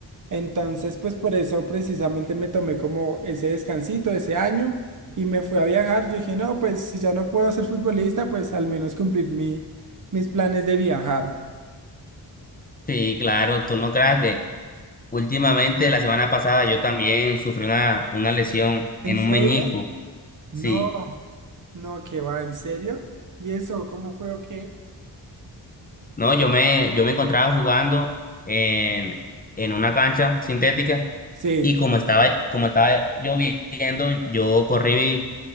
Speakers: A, on the right; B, on the left.
A: Entonces, pues por eso precisamente me tomé como ese descansito, ese año, y me fui a viajar. Yo dije, no, pues si ya no puedo ser futbolista, pues al menos cumplir mi, mis planes de viajar.
B: Sí, claro, tú no creas que últimamente la semana pasada yo también sufrí una, una lesión
A: ¿En
B: en
A: serio?
B: un meñisco.
A: No,
B: Sí,
A: no, que va, ¿en serio? ¿Y eso, cómo fue o qué?
B: no, yo me, yo me encontraba jugando en, en una cancha sintética
A: Sí,
B: y como estaba, como estaba lloviendo, yo corrí